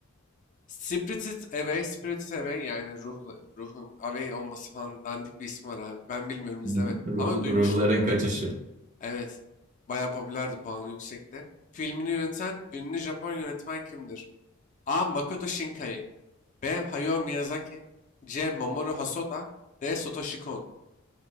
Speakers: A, on the left (about 35°); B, on the right (about 35°).
A: Spirited Away, Spirited Away yani ruhla, ruhun away olması falan dandik bir ismi var abi. Ben bilmiyorum izlemedim
B: Hı hı. Ruh-
A: ama duymuştum.
B: ruhların kaçışı.
A: Evet. Bayağı popülerdi puanı yüksekte. Filmini yöneten ünlü Japon yönetmen kimdir? A. Makoto Shinkai B. Hayao Miyazaki C. Mamoru Hosoda D. Satoshi Kon